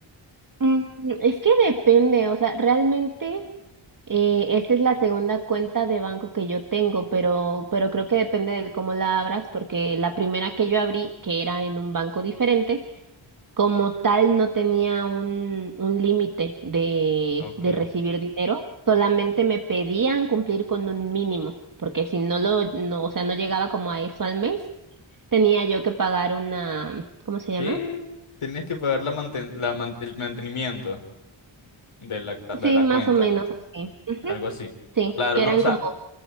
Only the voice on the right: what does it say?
Mm, Es que depende, o sea, realmente eh, esta es la segunda cuenta de banco que yo tengo, pero, pero creo que depende de cómo la abras, porque la primera que yo abrí, que era en un banco diferente, como tal no tenía un, un límite de,
de recibir dinero, solamente me pedían cumplir con un mínimo, porque si no lo, no, o sea, no llegaba como a eso al mes, tenía yo que pagar una, ¿cómo se llama?
Sí,
más
o menos así. Ujú.
Sí,
que
eran
como